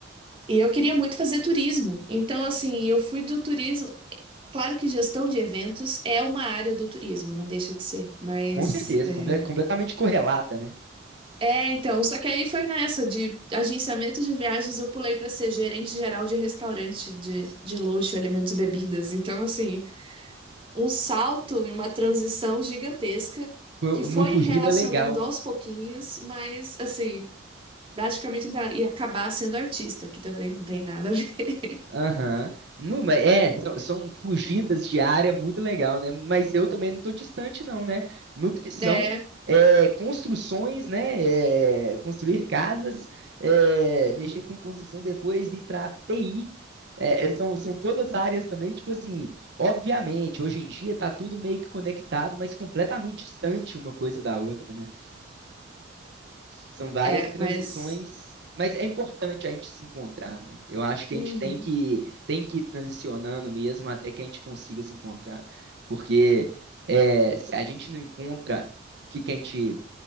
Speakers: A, on the right; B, on the right.
A: E eu queria muito fazer turismo. Então, assim, eu fui do turismo. Claro que gestão de eventos é uma área do turismo, não deixa de ser, mas
B: Com certeza,
A: é,
B: comple- completamente correlata, né?
A: é, então, só que aí foi nessa de agenciamento de viagens, eu pulei para ser gerente geral de restaurante de, de luxo, alimentos e bebidas. Então, assim, um salto e uma transição gigantesca
B: Foi
A: que foi
B: uma fugida
A: relacionando
B: legal.
A: aos pouquinhos, mas assim, praticamente tá- ia acabar sendo artista, que também não tem nada a ver. <laughs>
B: Aham. Não, mas é, são, são fugidas de área muito legal, né? Mas eu também não estou distante, não, né? Nutrição,
A: É,
B: é, construções, né? É, construir casas, é, mexer com construção depois e para TI. é, é, são, são todas áreas também, tipo assim, obviamente, hoje em dia tá tudo meio que conectado, mas completamente distante uma coisa da outra, né? São várias
A: é,
B: transições,
A: mas.
B: mas é importante a gente se encontrar, velho. Eu acho que
A: Uhum,
B: a gente tem que tem que ir transicionando mesmo até que a gente consiga se encontrar, porque é, se a gente não encontra o que que a gente